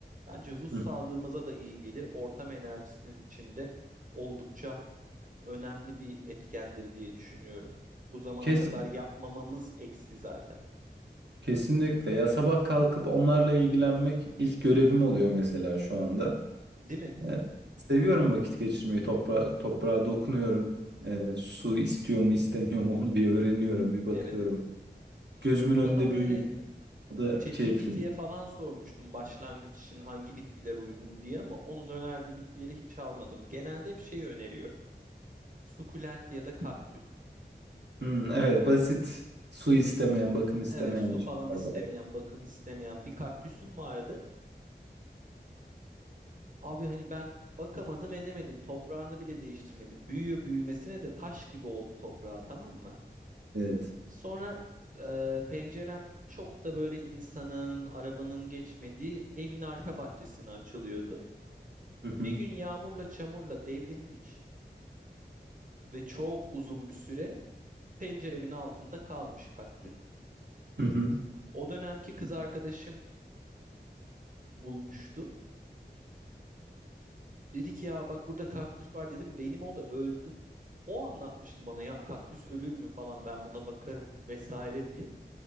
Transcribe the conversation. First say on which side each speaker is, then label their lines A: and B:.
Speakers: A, on the right; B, on the right.
A: bence ruh sağlığımıza
B: Hı.
A: da iyi gelir. Ortam enerjisi içinde oldukça önemli bir etkendir diye düşünüyorum. Bu zamana
B: Kes,
A: kadar yapmamamız eksi zaten.
B: kesinlikle. Ya sabah kalkıp onlarla ilgilenmek ilk görevim oluyor mesela şu anda.
A: Değil mi?
B: Ee, seviyorum vakit geçirmeyi. Topra toprağa dokunuyorum. Ee, su istiyor mu istemiyor mu onu bir öğreniyorum, bir bakıyorum.
A: Evet.
B: Gözümün önünde
A: Daha böyle
B: büyüyor. O da
A: ChatGPT'ye
B: keyifli.
A: falan sormuştum başlangıç için hangi bitkiler uygun diye ama onun önerdiği bitkileri hiç almadım. Genelde hep şey öneriyor. Sukulent ya da kaktüs.
B: Hmm, evet basit. Su istemeyen, bakım istemeyen
A: Evet su falan
B: şeyler.
A: istemeyen, bakım istemeyen bir kaktüsüm vardı. Abi hani ben bakamadım edemedim. Toprağını bile değiştirmedim. Büyüyor büyümesine de taş gibi oldu toprağı tamam mı?
B: Evet.
A: Sonra e, pencerem çok da böyle insanın, arabanın geçmediği evin arka bahçesine açılıyordu.
B: Hı hı.
A: Bir gün yağmurla çamurla devrilmiş ve çok uzun bir süre penceremin altında kalmış kaktüs.
B: Hı hı.
A: O dönemki kız arkadaşım bulmuştu. Dedi ki ya bak burada kaktüs var dedim. Benim o da öldü. O anlatmıştı bana ya kaktüs ölür mü falan ben buna bakarım vesaire diye.